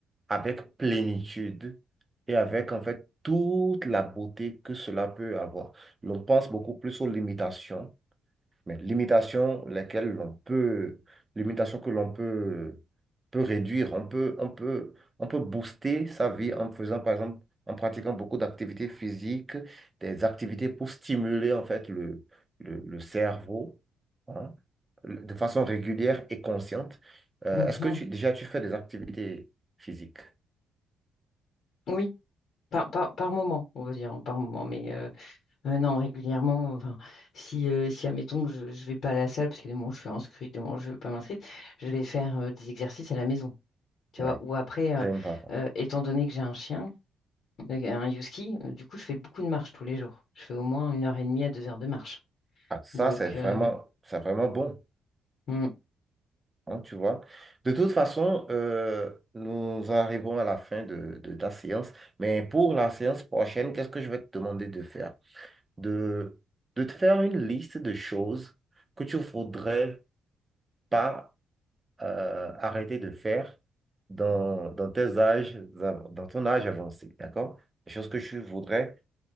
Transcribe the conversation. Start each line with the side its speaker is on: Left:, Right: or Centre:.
Right: avec plénitude et avec en fait toute la beauté que cela peut avoir. Mais On pense beaucoup plus aux limitations mais limitations lesquelles l'on peut, limitations que l'on peut, peut réduire. On peut, on peut, on peut booster sa vie en faisant, par exemple, en pratiquant beaucoup d'activités physiques, des activités pour stimuler en fait le, le, le cerveau, hein, de façon régulière et consciente. Euh,
Left: Mhm.
Right: est-ce que tu, déjà tu fais des activités physiques?
Left: Oui, par, par, par moment, on va dire, hein, par moment, mais euh, euh, non, régulièrement, enfin, si, euh, si admettons que je ne vais pas à la salle, parce que des moments où je suis inscrite, des moments où je ne vais pas m'inscrire, je vais faire euh, des exercices à la maison. Tu
Right: Ouais,
Left: vois, ou après, euh,
Right: c'est important.
Left: euh, étant donné que j'ai un chien, euh, un husky, euh, du coup, je fais beaucoup de marche tous les jours. Je fais au moins une heure et demie à deux heures de marche.
Right: Ah, ça,
Left: Donc,
Right: c'est vraiment,
Left: euh,
Right: c'est vraiment bon.
Left: hmm,
Right: hein, tu vois. De toute façon, euh, nous arrivons à la fin de, de ta séance. Mais pour la séance prochaine, qu'est-ce que je vais te demander de faire? De, de te faire une liste de choses que tu ne voudrais pas euh, arrêter de faire dans, dans tes âges, av- dans ton âge avancé, d'accord? Des choses que tu ne voudrais